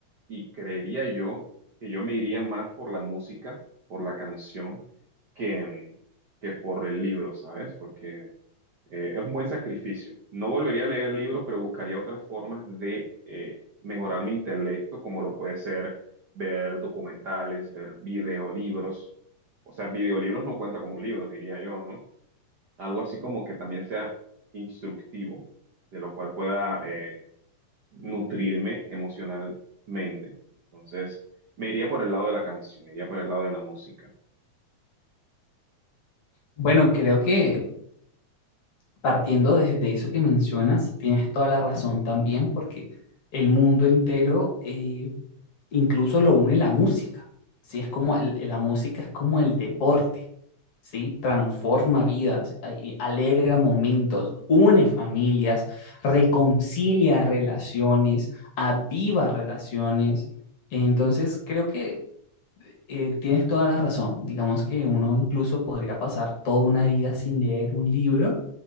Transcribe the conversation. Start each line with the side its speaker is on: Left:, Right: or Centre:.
Right: y creería yo que yo me iría más por la música, por la canción, que, que por el libro, ¿sabes? Porque eh, es un buen sacrificio. No volvería a leer libros, pero buscaría otras formas de eh, mejorar mi intelecto, como lo puede ser ver documentales, ver videolibros. O sea, videolibros no cuenta como libros, diría yo, ¿no? algo así como que también sea instructivo, de lo cual pueda eh, nutrirme emocionalmente. Entonces, me iría por el lado de la canción, me iría por el lado de la música.
Left: Bueno, creo que Partiendo desde eso que mencionas, tienes toda la razón también porque el mundo entero eh, incluso lo une la música, ¿sí? Es como el- la música es como el deporte, ¿sí? Transforma vidas, eh, alegra momentos, une familias, reconcilia relaciones, aviva relaciones. Entonces, creo que eh, tienes toda la razón. Digamos que uno incluso podría pasar toda una vida sin leer un libro